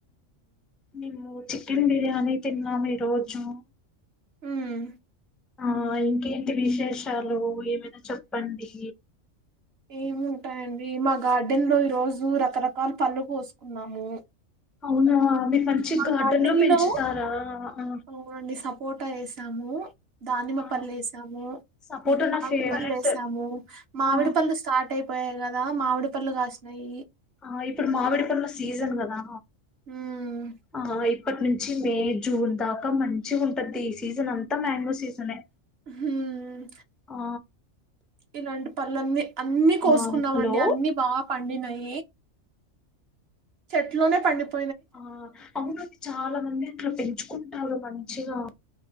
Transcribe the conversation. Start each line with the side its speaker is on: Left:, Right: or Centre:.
Centre: నిము చికెన్ బిర్యాని తిన్నాం ఈరోజూ
Right: ఊమ్
Centre: ఆ ఇంకెంటి విశేషాలు ఏమైనా చెప్పండి
Right: ఏముంటయండి మా గార్డెన్ లో ఈ రోజు రకరకాల పళ్ళు కొసుకున్నాము
Centre: అవునా మీరు మంచి
Right: మ
Centre: గార్డెన్
Right: గార్డన్
Centre: పెంచుతారా
Right: లో
Centre: ఆ
Right: అవునండి సపొర్ట ఏసాము దానిమ్మ
Centre: ఆ
Right: పళ్ళు ఏసాము
Centre: సపోటా నా
Right: మామిడి
Centre: ఫేవరెట్
Right: పళ్ళు ఏసాము మామిడి
Centre: ఆ
Right: పళ్ళు స్టార్ట్ అయి పోయాయి కదా మామిడి పండ్లు కాసినయి
Centre: ఆ ఇప్పుడు మామిడి పన్ల సీజన్ కదా
Right: ఉమ్
Centre: ఆ ఇప్పటి నుంచి మే జూన్ దాకా మంచిగ ఉంటది ఈ సీజన్ అంత మ్యాంగో సీజనే
Right: ఉహ్
Centre: ఆ
Right: ఇలాంటి పన్లఅన్ని అన్ని కొసుకున్నామండి
Centre: ఆ హలో
Right: అన్ని బా పండినయ్ చెట్లోనే పండిపొ
Centre: ఆ అవునుఅండి చాలా మంది అట్లా పెంచుకుంటారు మంచిగా